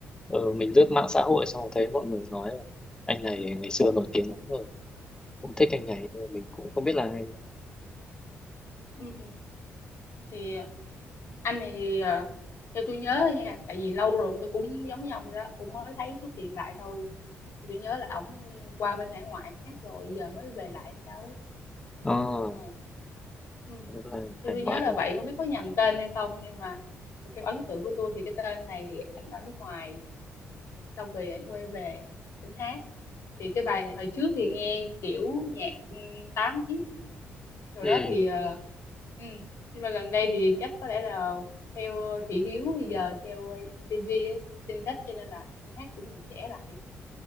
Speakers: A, on the left; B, on the left.
A: ừ, mình lướt mạng xã hội xong thấy mọi người nói là anh này ngày xưa nổi tiếng lắm rồi cũng thích anh này nhưng mà mình cũng không biết là ai
B: ừ. thì anh này thì ờ, theo tôi nhớ thôi nha tại vì lâu rồi tôi cũng giống như ông vậy đó cũng mới thấy xuất hiện lại thôi thì tôi nhớ là ổng qua bên hải ngoại ổng hát rồi giờ mới về lại hay sao ấy
A: à,
B: ờ. ừ.
A: cũng là hải
B: thì tôi
A: ngoại
B: nhớ là
A: hả
B: vậy không biết có nhầm tên hay không nhưng mà theo ấn tượng của tôi thì cái tên này thì ảnh ở nước ngoài xong rồi ảnh quay về ảnh hát thì cái bài này hồi trước thì nghe kiểu nhạc ừ, tám x rồi
A: ừ.
B: đó thì ờ, ừ. nhưng mà gần đây thì chắc có lẽ là theo thị hiếu bây giờ theo Gen Z ấy, Gen Z cho nên là anh hát cũng nhạc trẻ lại